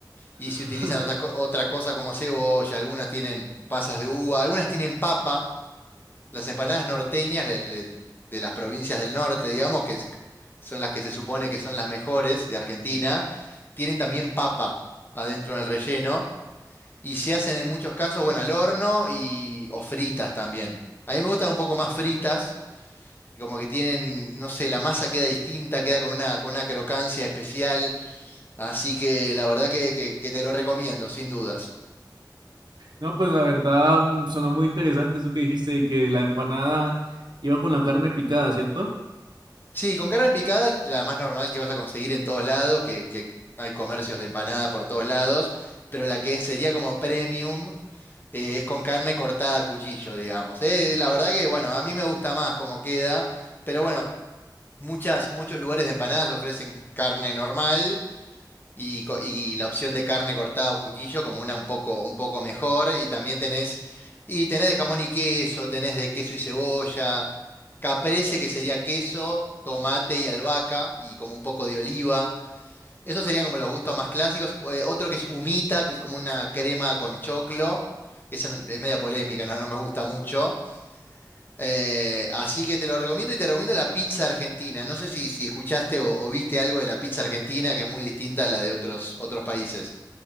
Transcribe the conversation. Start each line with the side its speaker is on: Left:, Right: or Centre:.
Left: Y si
Right: <laughs>
Left: utilizan otras, co- otras cosas como cebolla, algunas tienen pasas de uva, algunas tienen papa. Las empanadas norteñas de, de- de las provincias del norte, digamos, que es- son las que se supone que son las mejores de Argentina, tienen también papa adentro en el relleno. Y se hacen en muchos casos, bueno, al horno y, o fritas también. A mí me gustan un poco más fritas como que tienen, no sé, la masa queda distinta, queda con una, con una crocancia especial, así que la verdad que, que- que te lo recomiendo, sin dudas.
Right: No, pues la verdad mm, sonó muy interesante eso que dijiste de que la empanada iba con la carne picada, ¿cierto?
Left: Sí, con carne picada, la más normal que vas a conseguir en todos lados, que, que hay comercios de empanada por todos lados, pero la que sería como premium eh, es con carne cortada a cuchillo, digamos. Eh, la verdad que, bueno, a mí me gusta más cómo queda, pero bueno, muchas, muchos lugares de empanadas ofrecen carne normal. Y, co- y la opción de carne cortada a cuchillo como una un poco, un poco mejor. Y también tenés, y tenés de jamón y queso, tenés de queso y cebolla, caprese que sería queso, tomate y albahaca y como un poco de oliva. Esos serían como los gustos más clásicos. O, eh, otro que es humita, que es como una crema con choclo. Esa no- es media polémica, no, no me gusta mucho. Eh, así que te lo recomiendo y te recomiendo la pizza argentina. No sé si, si escuchaste o, o viste algo de la pizza argentina, que es muy distinta a la de otros, otros países.